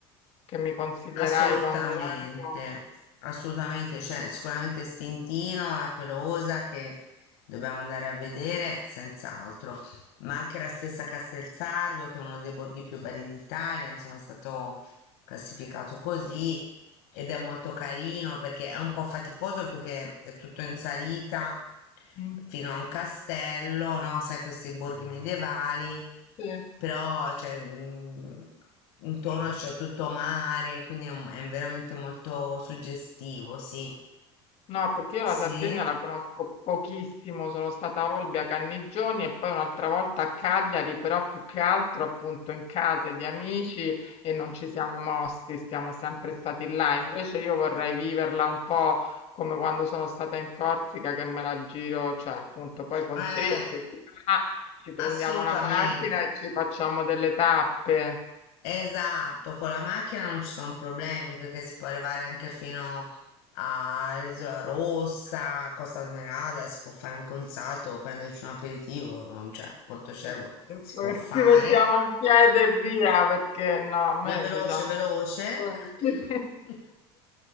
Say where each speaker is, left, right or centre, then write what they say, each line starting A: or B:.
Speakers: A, on the left; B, on the left.
A: che mi consiglierai
B: Assolutamente,
A: quando vengo.
B: assolutamente, cioè sicuramente Stintino, la Pelosa che dobbiamo andare a vedere, senz'altro, ma anche la stessa Castelsardo che è uno dei borghi più belli d'Italia, insomma è stato classificato così ed è molto carino perché è un po' faticoso perché è tutto in salita
A: Mm,
B: fino a un castello, no? Sai, questi borghi medievali,
A: sì.
B: però cioè, mm, intorno c'è tutto mare, quindi è, un- è veramente molto suggestivo, sì.
A: No, perché io
B: Sì,
A: la Sardegna
B: eh,
A: la conosco pochissimo, sono stata a Olbia, Cannigioni e poi un'altra volta a Cagliari, però più che altro appunto in case di amici e non ci siamo mossi, siamo sempre stati là. Invece io vorrei viverla un po' come quando sono stata in Corsica, che me la giro, cioè appunto poi con
B: eh,
A: te, se ti va, ci prendiamo
B: assolutamente.
A: la macchina e ci facciamo delle tappe.
B: Esatto, con la macchina non ci sono problemi perché si può arrivare anche fino all'Isola Rossa, Costa Smeralda, si può fare anche un salto o prenderci un aperitivo, non- cioè Porto Cervo
A: Giusto
B: si può
A: che
B: fare,
A: <laughs> ci mettiamo un piede e via, perché no, a me
B: ma è veloce,
A: diciamo
B: veloce.
A: <laughs> sì.
B: <laughs>